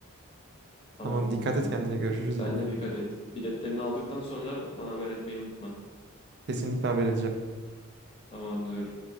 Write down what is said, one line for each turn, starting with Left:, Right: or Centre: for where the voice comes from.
Left: Tamamdır
Right: Tamam dikkat
Left: o zaman.
Right: et kendine görüşürüz
Left: Sen
Right: yine.
Left: de dikkat et. Biletlerini aldıktan sonra bana haber etmeyi unutma.
Right: Kesinlikle haber edeceğim.
Left: Tamamdır.